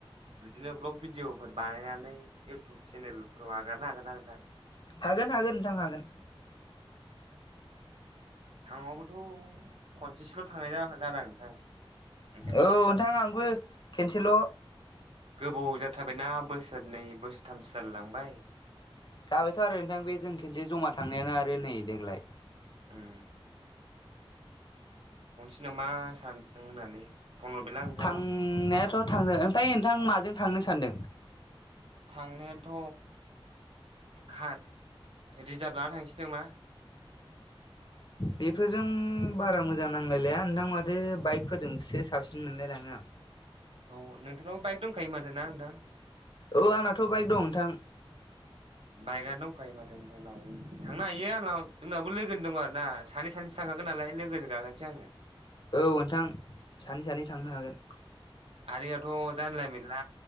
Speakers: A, on the right; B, on the left.
A: बिदिनो ब्लग भिडिअ' फोर बानायनानै इउटुब चेनेलफोराव आगारनो हागोन ना नोंथां।
B: हागोन हागोन नोंथां हागोन।
A: टावांआवबोथ' खनसेसोल' थांनाय जादों आं नोंथां। ओंखायनो
B: औ नोंथां आंबो खेनसेल'
A: गोबाव जाथारबायना बोसोरनै बोसोरथामसो जालाय लांबाय।
B: जाबायथ' आरो नोंथां बे जों खनसे जमा थांनायानो आरो नै देग्लाय।
A: उम बिखौनो मा सानदों होननानै फन हरबायलां नोंथांनाव
B: थांनायाथ' थांनो ओमफ्राय नोंथां माजों थांनो सानदों?
A: थांनायाथ' कार रिजार्भ लाना थांसै नामा।
B: बेफोरजों बारा मोजां नांलायलाया नोंथां माथो बाइकफोरजोंसो साबसिन मोनलायलाङो आं।
A: औ नोंथांनावबो बाइक दंखायो माथो ना नोंथां?
B: औ आंनाथ' बाइक दं नोंथां।
A: बाइकआनो दंखायो माथो थांनो हायो थांनो हायो आंनाव जोंनाबो लोगोनि दं आरो ना सानै सानैसो थांखाखोन नालाय लोगोजों गाखोनोसै आङो।
B: औ नोंथां सानै सानै थांनो हागोन।
A: गारियाथ' जानला मोनला